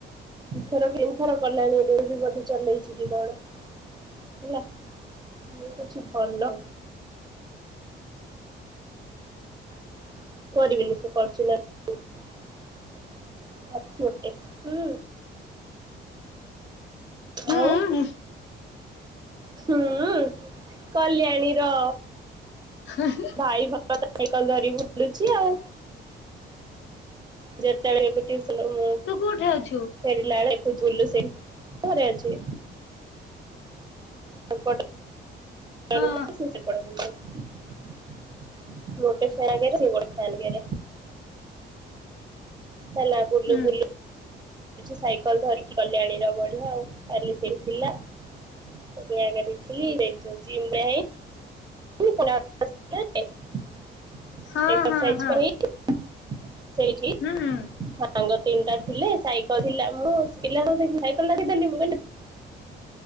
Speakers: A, on the right; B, on the left.
A: ଇଥର ତିନିଥର କଲାଣି ଏବେ ବି ବୋଧେ ଚଲେଇଛି କି କଣ ହେଲା। ଆଉ କିଛି ଭଲ <inaudible> କରିବିନି ସେ କରୁଚୁ ନା ନାଇ ଅତି ଗୋଟେ ହୁଁ
B: ହୁଁ
A: ଆଉ
B: ହୁଁ
A: ହୁଁ କଲ୍ୟାଣୀ ର
B: ହଁ
A: ଭାଇ ଭଲ ତାର ସାଇକଲ ଧରି ବୁଲୁଛି ଆଉ। ଯେତେବେଳେ ବି ଟିଉସନ ମୁଁ
B: ତୁ କୋଠେ ଅଛୁ?
A: ଫେରିଲା ବେଳେ ଝୁଲୁ ସେଇ ଘରେ ଅଛି। <inaudible>
B: ହଁ
A: ସେ ପଢ଼ାପଢ଼ି <unintelligible> ମୋଟେ ଫେଗରେ ସେବଡ ଫାଇଗରେ ତାଲା
B: ହୁଁ
A: ଗୁଲୁ ଗୁଲୁ ସାଇକେଲ ଧରିକି କଲ୍ୟାଣୀର ବଢିଆ ଆଉ କାଲି ସେଇଥିଲା ତ ଆଗ ଦେଖିଲି ଯାଇଛ ଜିମ ନାଇ <unintelligible> ଏକ୍ସରସାଇଜ
B: ହଁ ହଁ ହଁ
A: କରି <inaudible> ସେଇଠି
B: ହୁଁ
A: ସାଙ୍ଗ ତିନିଟା ଥିଲେ, ସାଇକେଲ ଥିଲା ମୁଁ ପିଲାଙ୍କୁ ଦେଖି ସାଇକେଲ ଡାକିଦେଲି, ମୁଁ କହିନି